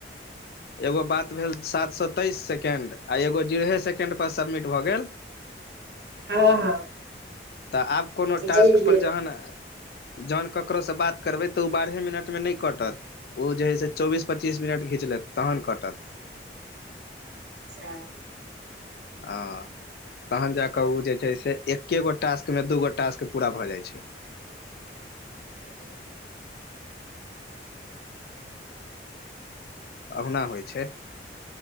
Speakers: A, on the left; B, on the right.
A: <inaudible> एगो बात भेल सात सै तेइस सेकेंड आ एगो जेरहे सेकेंड पर सबमिट भऽ गेल
B: हँ हँ
A: तऽ आब कोनो
B: गेलियै
A: टास्क पर जहन जहन ककरो स बात करबै तऽ ओ बारहे मिनट म नै कटत ओ जे है से चौबीस पच्चीस मिनट घिच लेत तहन कटत
B: सेह
A: हऽ <inaudible> तहन जा कऽ ओ जे छै से एक एक गो टास्क में दूगो टास्क पूरा भऽ जाइ छै
B: ह <unintelligible>
A: ओहुना होइ छै